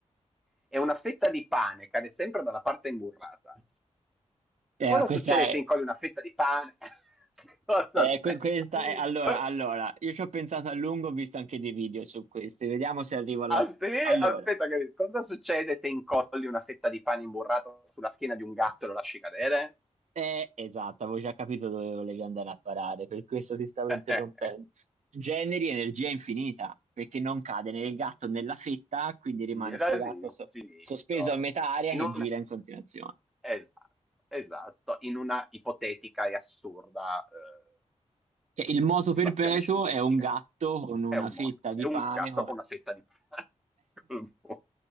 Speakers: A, in the centre; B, on the right (about 70°).
A: e una fetta di pane cade sempre dalla parte imburrata,
B: Eh,
A: cosa
B: questa
A: succede se
B: è,
A: incolli una fetta di pane? <laughs> Cosa-
B: eh,
A: Aspetta,
B: que- questa è- allora,
A: Co-
B: allora, io ci ho pensato a lungo, ho visto anche dei video su questi, vediamo se arrivo alla...
A: Aspetta,
B: Allora,
A: aspetta che- cosa succede se incolli una fetta di pane imburrata sulla schiena di un gatto e lo lasci cadere?
B: Eh, esatto, avevo già capito dove volevi andare a parare, per questo ti stavo
A: <laughs>
B: interrompendo. Generi energia infinita, perché non cade né il gatto né la fetta, quindi rimane
A: Gira
B: sto
A: all'infinito.
B: gatto so- sospeso a metà aria
A: In
B: che
A: un,
B: gira in continuazione.
A: Esatto, esatto, in una ipotetica e assurda eh,
B: Che Il moto
A: situazione
B: perpetuo
A: scientifica.
B: è un gatto
A: diciamo.
B: con una
A: È un,
B: fetta
A: mo- è
B: di
A: un
B: pane.
A: gatto
B: con-
A: con una fetta di pane <laughs> col burro,